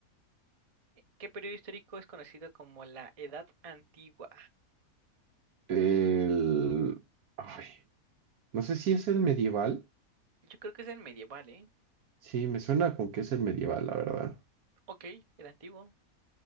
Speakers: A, on the right; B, on the right.
A: Eh, ¿Qué periodo histórico es conocido como la Edad Antigua?
B: El... Ay, no sé si es el medieval.
A: Yo creo que es el medieval, ¿eh?
B: Sí, me suena con que es el medieval, la verdad.
A: Ok, el antiguo.